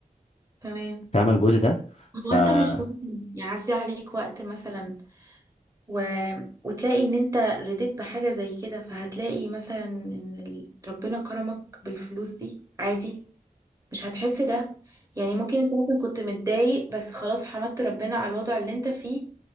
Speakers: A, on the right; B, on the left.
A: تمام
B: فاهمه الجزء ده
A: هو
B: فمش
A: انت مش ممكن يعدي عليك وقت مثلا و... وتلاقي ان انت رديت بحاجة زي كده فهتلاقي مثلا ان ال- ربنا كرمك بالفلوس دي عادي مش هتحس ده يعني ممكن انت مثلا كنت متضايق بس خلاص حمدت ربنا على الوضع اللي انت فيه